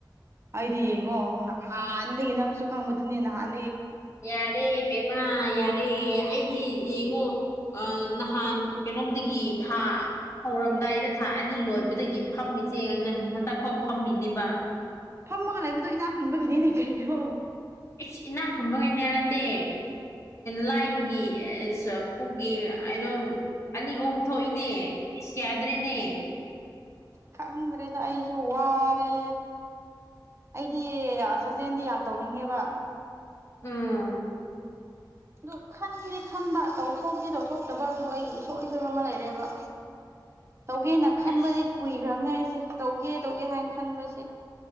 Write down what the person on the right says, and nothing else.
ꯑꯩꯗꯤ ꯌꯦꯡꯉꯣ ꯍꯥꯟꯗꯒꯤ ꯅꯪꯁꯨ ꯈꯪꯕꯗꯨꯅꯤ ꯅꯍꯥꯟ
ꯐꯝꯃꯒ ꯂꯩꯕꯗꯣ ꯏꯅꯥꯛ ꯀꯨꯟꯕꯒꯤꯅꯦꯅꯦ ꯀꯔꯣ
ꯈꯪꯗ꯭ꯔꯦꯗ ꯑꯩꯁꯨ ꯋꯥꯔꯦ ꯑꯩꯗꯤ ꯁꯥꯖꯦꯟꯗꯤ ꯌꯥꯝ ꯇꯧꯅꯤꯡꯉꯦꯕ
ꯑꯗꯨ ꯈꯟꯗꯤꯦ ꯈꯟꯕ ꯇꯧꯊꯣꯛꯇꯤ ꯇꯧꯊꯣꯛꯇꯕ ꯑꯗꯨ ꯑꯩꯒꯤ ꯏꯁꯣꯛ ꯏꯣꯏꯕ ꯑꯃ ꯂꯩꯔꯦꯕ ꯇꯧꯒꯦꯅ ꯈꯟꯕꯗꯤ
ꯀꯨꯏꯈ꯭ꯔꯕꯅꯦ ꯍꯥꯏꯁꯦ ꯇꯧꯒꯦ ꯇꯧꯒꯦ ꯍꯥꯏꯅ ꯈꯟꯕꯁꯤ